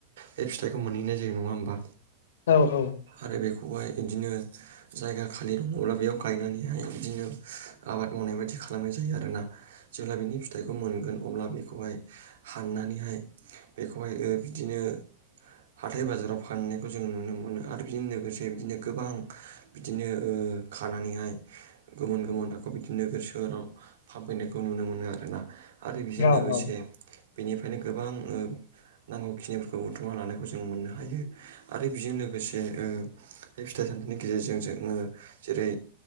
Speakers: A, on the right; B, on the left.
A: बे फिथाइखौ मोनहैनाय जायो नङा ओमबा?
B: औ औ
A: आरो बेखौहाय इदिनो जायगा खालि दङब्ला बेयाव गायनानैहाय बिदिनो आबाद मावनाय बायदि खालामनाय जायो आरोना। जेब्ला बिनि फिथाइखौ मोनगोन अब्ला बेखौहाय हाननानैहाय बेखौहाय ओ बिदिनो हाथाय बाजाराव फानहैनायखौ जों नुनो मोनो आरो बिजों लोगोसे बिदिनो गोबां बिदिनो ओ खानानैहाय गोमोन गोमोन आक' बिदिनो नोगोर सोहोराव फानफैनायखौ नुनो मोनो आरोना। आरो बेजों
B: औ
A: लोगोसे बेनिफ्रायनो गोबां ओ नांगौखिनिफोरखौ बुथुमना लानायखौ जों मोननो हायो। आरो बेजों लोगोसे ओ बे फिथाइ सामथाइनि गेजेरजों जोङो जेरै